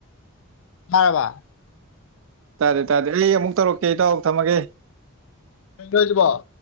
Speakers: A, on the left; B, on the right.
A: ꯇꯥꯔꯕꯥ
B: ꯇꯥꯔꯦ ꯇꯥꯔꯗꯤ ꯑꯩ ꯑꯃꯨꯛ ꯇꯧꯔꯛꯀꯦ ꯑꯩ ꯇꯥꯎ ꯊꯝꯃꯒꯦ
A: ꯄꯒꯖꯕꯥ <inaudible>